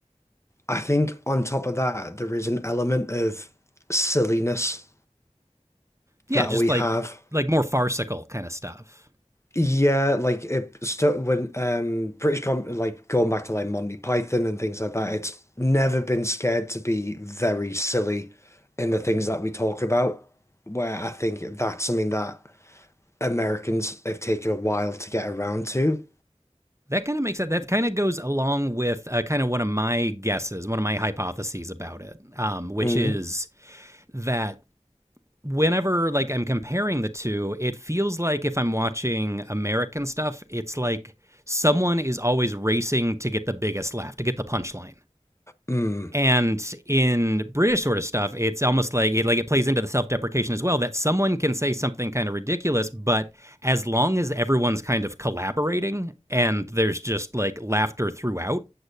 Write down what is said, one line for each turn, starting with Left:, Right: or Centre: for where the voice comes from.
Left: I think on top of that, there is an element of silliness
Right: Yeah,
Left: that
Right: just
Left: we
Right: like
Left: have.
Right: like more farcical kind of stuff.
Left: Yeah, like it st when um British com like going back to like Monty Python and things like that, it's never been scared to be very silly in the things that we talk about, where I think that's something that Americans have taken a while to get around to.
Right: That kind of makes it. That kind of goes along with uh, kind of one of my guesses, one of my hypotheses about it, um, which
Left: Mm,
Right: is that whenever like I'm comparing the two, it feels like if I'm watching American stuff, it's like someone is always racing to get the biggest laugh, to get the punchline.
Left: mm.
Right: And in British sort of stuff, it's almost like it like it plays into the self-deprecation as well that someone can say something kind of ridiculous, but as long as everyone's kind of collaborating and there's just like laughter throughout,